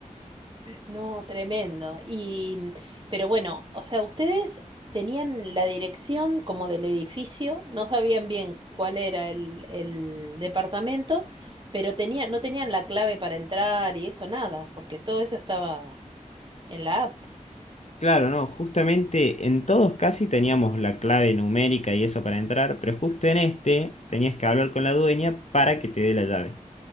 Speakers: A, on the right; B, on the left.
A: No, tremendo. Y, mm, pero bueno, o sea, ustedes tenían la dirección como del edificio, no sabían bien cuál era el, el departamento, pero tenían, no tenían la clave para entrar y eso nada, porque todo eso estaba en la app.
B: Claro, no, justamente en todos casi teníamos la clave numérica y eso para entrar, pero justo en este tenías que hablar con la dueña para que te dé la llave.